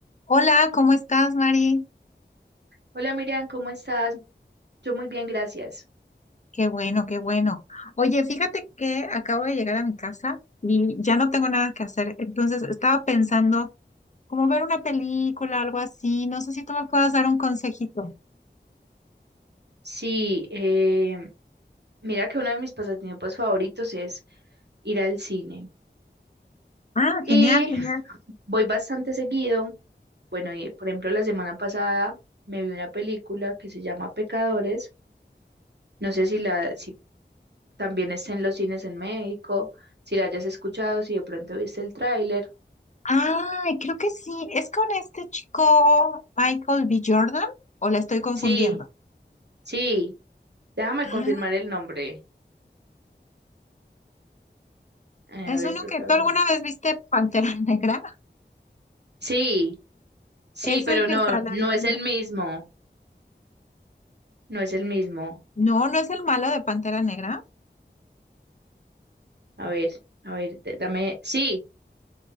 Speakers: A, on the left; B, on the right.
A: Hola, ¿cómo estás, Mari?
B: Hola Miriam, ¿cómo estás? Yo muy bien, gracias.
A: Qué bueno, qué bueno. Oye, fíjate que acabo de llegar a mi casa y ya no tengo nada que hacer. Entonces estaba pensando como ver una película, algo así. No sé si tú me puedas dar un consejito.
B: Sí, em, mira que uno de mis pasatiempos favoritos es ir al cine.
A: Ah,
B: Y
A: genial, genial.
B: voy bastante seguido. Bueno, y por ejemplo, la semana pasada me vi una película que se llama Pecadores. No sé si la, si también está en los cines en México, si la hayas escuchado, si de pronto viste el tráiler.
A: Ay, creo que sí. ¿Es con este chico Michael B. Jordan o la estoy confundiendo?
B: Sí, sí, déjame
A: Ah,
B: confirmar el nombre. Eh,
A: es
B: a ver,
A: uno
B: protagonista.
A: que tú alguna vez viste Pantera <laughs> Negra.
B: Sí, sí,
A: Es
B: pero
A: el que
B: no,
A: sale
B: no
A: ahí, ¿no?
B: es el mismo. No es el mismo.
A: No, no es el malo de Pantera Negra.
B: A ver, a ver, d- dame. Sí,